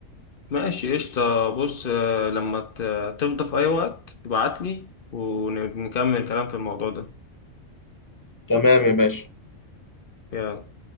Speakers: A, on the left (about 45°); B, on the left (about 20°).
A: ماشي قشطة بص آه، لما ت- تفضى في أي وقت ابعتلي ونكمل كلام في الموضوع ده
B: تمام يا باشا
A: يلا